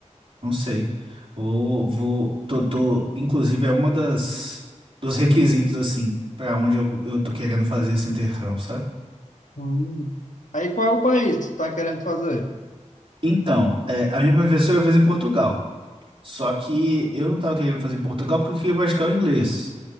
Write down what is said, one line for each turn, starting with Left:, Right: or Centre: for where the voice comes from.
Right: não sei. Vou, vou, tô, tô, inclusive é uma das, dos requisitos, assim, para onde eu, eu tô querendo fazer esse intercâmbio, sabe?
Left: Hum. Aí qual é o país que você está querendo fazer?
Right: Então, é, a minha professora fez em Portugal. Só que eu não tava querendo fazer em Portugal porque eu queria praticar o inglês.